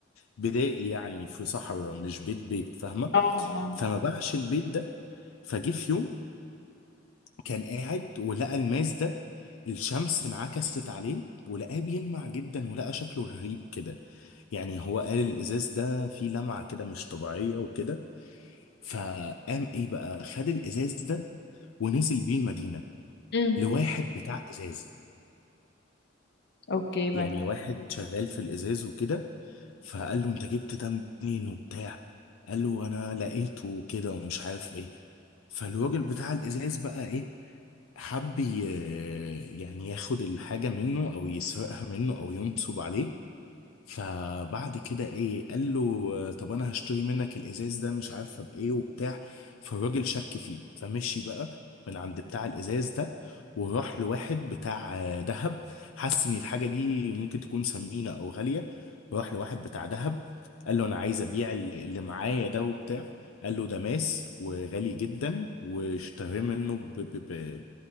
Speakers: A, on the left; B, on the left.
A: بدائي يعني في صحراء مش بيت بيت فاهمه
B: اه اه
A: فما باعش البيت ده فجه في يوم كان قاعد ولقى الماس ده الشمس انعكست عليه ولقاه بيلمع جدا ولقى شكله غريب كده يعني هو قال الازاز ده فيه لمعة كده مش طبيعية وكده فقام ايه بقى خد الازاز ده ونزل بيه المدينه
B: مم.
A: لواحد بتاع ازاز
B: اوكي بعدين
A: يعني واحد شغال في الازاز وكده فقال له انت جبت ده منين وبتاع قال له انا لقيته وكده ومش عارف ايه فالراجل بتاع الازاز بقى ايه حب ي- يعني ياخد الحاجه منه او يسرقها منه او ينصب عليه فبعد كده ايه قال له آه، طب انا هشتري منك الازاز ده مش عارفه بايه وبتاع فالراجل شك فيه فمشي بقى من عند بتاع الازاز ده وراح لواحد بتاع آه، دهب حس ان الحاجه دي ممكن تكون ثمينه او غاليه راح لواحد بتاع دهب قال له انا عايز ابيع اللي اللي معايا ده وبتاع قال له ده ماس وغالي جدا واشتراه منه ب- ب-